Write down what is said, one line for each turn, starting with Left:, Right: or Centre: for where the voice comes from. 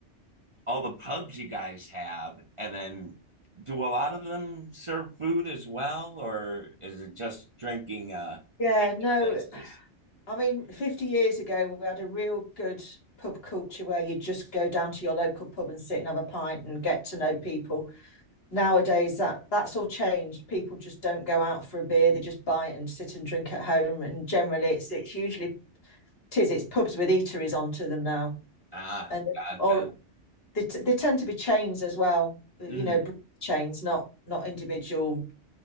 Right: all the pubs you guys have, and then do a lot of them serve food as well, or is it just drinking uh,
Left: Yeah, no,
Right: places?
Left: I mean, 50 years ago, we had a real good pub culture where you just go down to your local pub and sit and have a pint and get to know people. nowadays that that's all changed people just don't go out for a beer they just buy it and sit and drink at home and generally it's it's usually tis it's pubs with eateries onto them now
Right: Ah,
Left: and
Right: gotcha.
Left: or they, t- they tend to be chains as well you
Right: Mhm.
Left: know chains not not individual